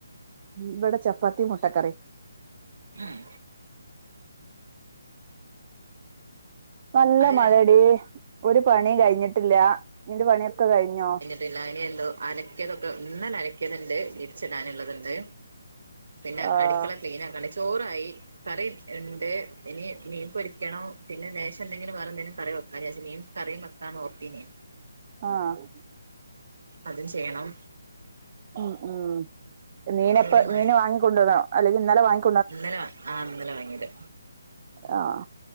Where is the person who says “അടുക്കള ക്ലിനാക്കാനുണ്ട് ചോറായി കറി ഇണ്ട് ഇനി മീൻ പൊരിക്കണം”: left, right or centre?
Right